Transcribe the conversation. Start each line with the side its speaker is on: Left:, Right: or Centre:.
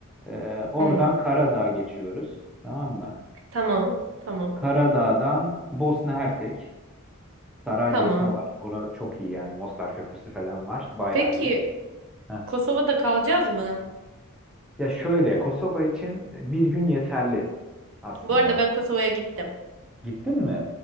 Centre: Ee, oradan
Right: Hı.
Centre: Karadağ geçiyoruz. Tamam mı?
Right: Tamam. Tamam.
Centre: Karadağ'dan Bosna Hersek. Saraybosna
Right: Tamam.
Centre: var. Orada çok iyi yani. Mostar Köprüsü falan var. Bayağı
Right: Peki
Centre: iyi. Heh.
Right: Kosova'da kalacağız mı?
Centre: Ya şöyle Kosova için bir gün yeterli aslında.
Right: Bu arada ben Kosova'ya gittim.
Centre: Gittin mi?